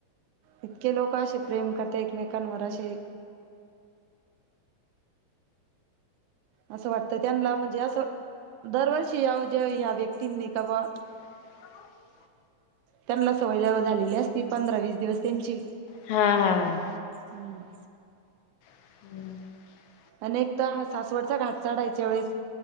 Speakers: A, on the right (about 90°); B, on the left (about 80°).
A: इतके लोकं अशे प्रेम करते एकमेकांवर अशे असं वाटतं त्यांना म्हणजे असं दरवर्षी या ज्या या व्यक्तींनी का बुवा
B: <unintelligible>
A: त्यांनला सवय जेव्हा झालेली असती, पंधरा वीस दिवस त्यांची
B: हां.. हां.
A: हं..
B: <unintelligible>
A: अनेकदा हा सासवडचा घाट चढायच्या वेळेस,